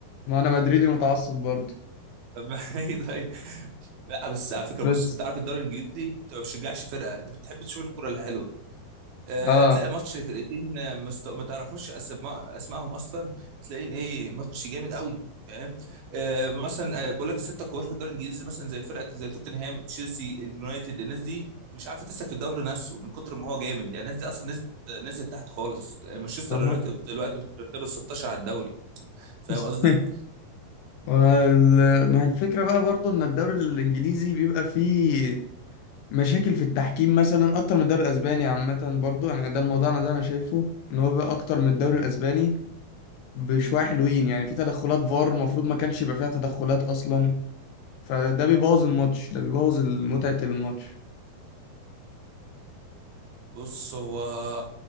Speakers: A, on the left (about 75°); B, on the right (about 80°).
A: ما انا مدريدي متعصب برضه
B: طب ما <laughs> ايه طيب لا بس على فكره
A: بس
B: بص انت عارف الدوري الانجليزي انت ما بتشجعش فرقه انت بتحب تشوف الكره الحلوه آه،
A: اه
B: تلاقي ماتش فرقتين آه، مست... ما تعرفش أسماء... اسمائهم اصلا تلاقين ايه ماتش جامد قوي فاهم آه مثلا آه، بقول لك السته الكبار في الدوري الانجليزي مثلا زي فرقه زي توتنهام تشيلسي اليونايتد الناس دي مش عارفه تسلك في الدوري نفسه من كتر ما هو جامد يعني الناس دي اصلا نزلت نزلت تحت خالص آه، مانشستر
A: أها.
B: يونايتد دلوقتي بترتب ال 16 على الدوري فاهم
A: <laughs>
B: قصدي
A: وال- ما هي الفكرة بقى برضه ان الدوري الانجليزي بيبقى فيه مشاكل في التحكيم مثلا اكتر من الدوري الاسباني عامة برضه يعني ده الموضوع انا ده انا شايفه ان هو بيبقى اكتر من الدوري الاسباني بشوية حلوين يعني في تدخلات فار المفروض ما كانش يبقى فيها تدخلات اصلا فده بيبوظ الماتش ده بيبوظ متعة الماتش
B: بص هو آه،